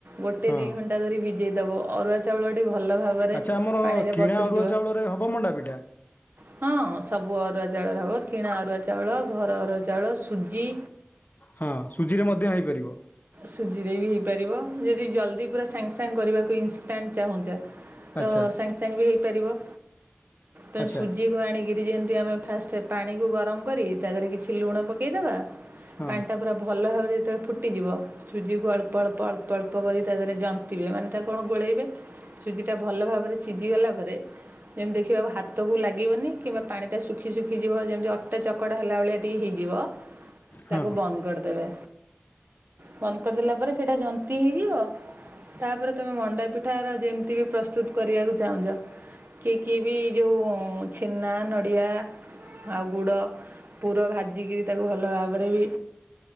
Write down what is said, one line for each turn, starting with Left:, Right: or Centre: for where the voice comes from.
Right: ଗୋଟେ
Left: ହଁ
Right: ଦି ଘଣ୍ଟା ଧରି ଭିଜେଇ ଦବ ଅରୁଆ ଚାଉଳ ଟେ ଭଲ ଭାବରେ
Left: ଆଚ୍ଛା ଆମର
Right: ପାଣିରେ
Left: କିଣା
Right: ବତୁରି
Left: ଅରୁଆ
Right: ଯିବ।
Left: ଚାଉଳରେ ହେବ ମଣ୍ଡା ପିଠା
Right: ହଁ ସବୁ ଅରୁଆ ଚାଉଳର ହବ କିଣା ଅରୁଆ ଚାଉଳ ଘର ଅରୁଆ ଚାଉଳ ସୁଜି।
Left: ହଁ ସୁଜିରେ ମଧ୍ୟ ହେଇପାରିବ
Right: ସୁଜିରେ ବି ହେଇପାରିବ ଯଦି ଜଲ୍ଦି ପୁରା ସାଙ୍ଗେ ସାଙ୍ଗ କରିବାକୁ ଇନଷ୍ଟାଣ୍ଟ ଚାହୁଁଛ। ତ
Left: ଆଚ୍ଛା
Right: ସାଙ୍ଗେ ସାଙ୍ଗେ ବି ହେଇପାରିବ ତେଣ
Left: ଆଚ୍ଛା
Right: ସୁଜିକୁ ଆଣିକିରି ଯେମତି ଆମେ ଫାଷ୍ଟ ସେ ପାଣିକୁ ଗରମ କରି ତା ଦେହରେ କିଛି ଲୁଣ ପକାଇଦେବା
Left: ହଁ
Right: ପାଣିଟା ପୁରା ଭଲ ଭାବରେ ସେତେବେଳେ ଫୁଟିଯିବ ସୁଜିକୁ ଅଳ୍ପ ଅଳ୍ପ ଅଳ୍ପ ଅଳ୍ପ କରି ତା ଦେହରେ ଯନ୍ତିବେ ମାନେ ତାକୁ କଣ ଗୋଳେଇବେ ସୁଜିଟା ଭଲ ଭାବରେ ସିଝିଗଲା ପରେ ଯେମିତି ଦେଖିବାକୁ ହାତକୁ ଲାଗିବନି କିମ୍ବା ପାଣି ଟା ଶୁଖି ଶୁଖିଯିବ ଯେମିତି ଅଟା ଚକଟା ହେଲା ଭଳିଆ ଟି ହେଇଯିବ
Left: ହଁ
Right: ତାକୁ ବନ୍ଦ କରିଦେବେ। ବନ୍ଦ କରିଦେଲା ପରେ ସେଇଟା ଜନ୍ତିି ହେଇଯିବ। ତାପରେ ତମେ ମଣ୍ଡା ପିଠା ର ଯେମିତି କି ପ୍ରସ୍ତୁତ କରିବାକୁ ଚାହୁଁଛ କିଏ କିଏ ବି ଯୋଉ ଛେନା ନଡ଼ିଆ ଆଉ ଗୁଡ଼ ପୁର ଭାଜିକିରି ତାକୁ ଭଲ ଭାବରେ ବି